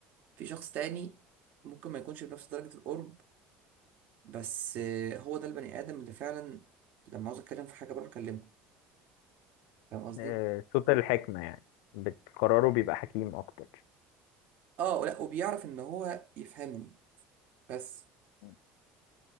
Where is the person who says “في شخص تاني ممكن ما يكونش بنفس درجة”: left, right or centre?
Right